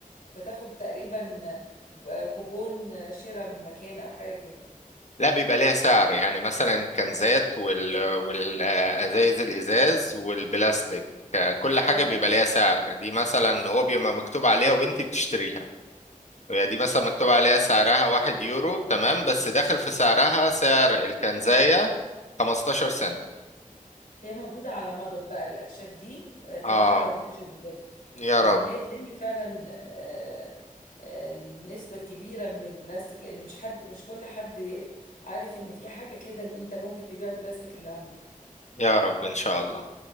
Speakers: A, on the left; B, on the left.
A: فتاخد تقريبا آه، كوبون آه، شراء من مكان أو حاجة كده
B: لا بيبقى ليها سعر يعني مثلا الكنزات وال والازايز الازاز والبلاستيك ك- كل حاجه
A: اه
B: بيبقى
A: اه
B: ليها سعر دي مثلا هو بيبقى مكتوب عليها وانت بتشتريها هي دي مثلا
A: اه
B: مكتوب عليها سعرها واحد يورو تمام بس داخل في سعرها سعر الكنزايه 15 سنت
A: هي موجودة على مضض بقى الأكشاك دي أتمنى
B: اه
A: تنتشر بجد
B: يا
A: يعني
B: رب
A: إن هي تلم فعلا آه، آه، النسبة الكبيرة من البلاستيك لأن مش حد مش كل حد عارف إن في حاجة كده إن أنت ممكن تبيع البلاستيك اللي عندك
B: يا رب ان شاء الله